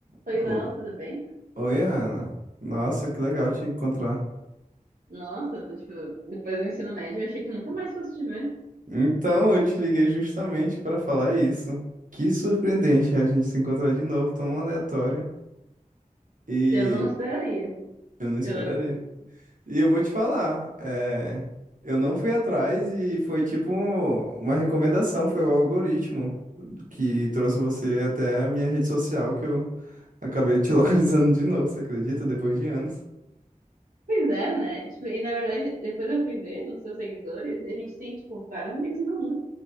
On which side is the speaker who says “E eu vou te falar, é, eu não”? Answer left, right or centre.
Right